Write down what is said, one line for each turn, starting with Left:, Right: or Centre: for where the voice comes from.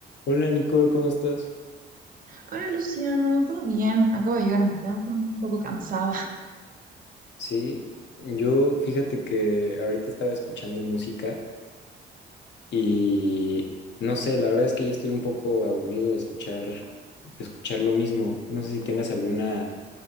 Left: Hola Nicole, ¿cómo estás?
Right: Hola Luciano, ¿todo bien? Acabo de llegar a mi casa, un poco cansada.
Left: Sí, yo fíjate que ahorita estaba escuchando música y no sé, la verdad es que ya estoy un poco aburrido de escuchar, de escuchar lo mismo. No sé si tengas alguna